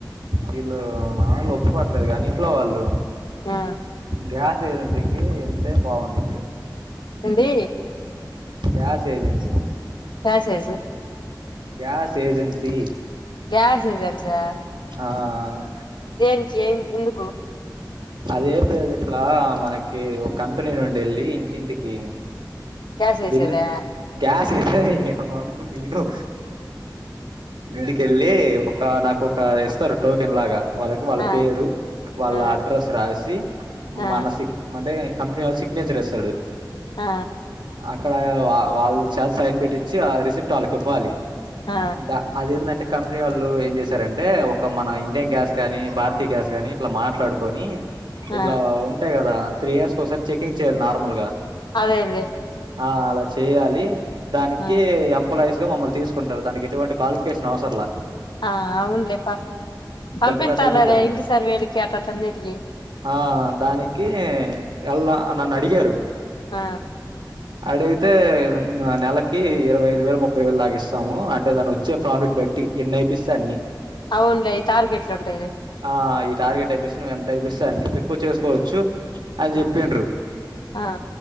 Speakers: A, on the right (about 85°); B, on the left (about 80°).
A: వీళ్ళు మనవాళ్ళు ఒప్పుకోట్లేదు కానీ ఇంట్లో వాళ్ళు
B: ఆ
A: గ్యాస్ ఏజెన్సీకి వెళ్తే బాగుంటు
B: ఉంది
A: గ్యాస్ ఏజెన్సీ
B: ప్యాసేజు
A: గ్యాస్ ఏజెన్సీ
B: గ్యాస్ ఏజెన్సీ ఆ
A: అ ఆ
B: దేనికి ఎం ఎందుకు
A: అదేమి లేదు ఇట్లా మనకి ఒక కంపెనీ నుండి వెళ్ళి ఇంటింటికి
B: గ్యాస్ వేసేదా
A: బిల్లు గ్యాస్ వేసేది నీ అమ్మ ముందు వీను ఇంటికెళ్ళి ఒక నాకు ఒక ఇస్తారు టోకెన్ లాగా వాళ్ళకి వాళ్ళ
B: ఆ
A: పేరు వాళ్ళ
B: ఆ
A: అడ్రస్ రాసి
B: ఆ
A: మన సిగ్ అంటే కంపెనీ వాళ్లు సిగ్నేచర్ ఇస్తాడు
B: ఆ
A: అక్కడ వాల్ వాళ్ళ చేత సైన్ పెట్టించిి ఆ రిసిప్ట్ వాళ్ళకి ఇవ్వాలి.
B: ఆ
A: దా అదేంటంటే కంపెనీ వాళ్ళు ఏం చేశారంటే ఒక మన ఇండియన్ గ్యాస్ కానీ భారతీయ గ్యాస్ కానీ ఇట్ల మాట్లాడుకొని ఇట్లా
B: ఆ
A: ఉంటాయి కదా త్రీ ఇయర్స్ కి ఒకసారి చెకింగ్ చేయ్యాలి నార్మల్ గా
B: అదేంది
A: ఆ అల చేయ్యాలి దానికి
B: ఆ
A: ఎం పోలైస్గ మిమ్మల్ని తీసుకుంటారు దానికి ఎటువంటి క్వాలిఫికేషన్ అవసర్లా
B: ఆ అవున్లే ప పంపిస్తార్లె
A: టెన్త్ క్లాస్ అయిపోతే చాలు
B: ఇంటి సర్వెలకి అట్ట అట్ల అన్నిటికి
A: ఆ దానికి ఎళ్ద నన్ను అడిగారు
B: ఆ
A: అడిగితే నెలకి ఇరవై ఐదు వేలు ముప్పై వేలు దాక ఇస్తాము అంటే దాన్ని వచ్చే ప్రాఫిట్ బట్టి ఎన్ని అయిపిస్తె అన్ని
B: అవునులే టార్గెట్లు ఉంటయిలే.
A: ఆ ఈ టార్గెట్ అయిపేసి నువ్వు ఎంత అయిపిస్తే అన్ని ఎక్కువ చేసుకోవచ్చు. అని చెప్పింర్రు
B: ఆ ఆ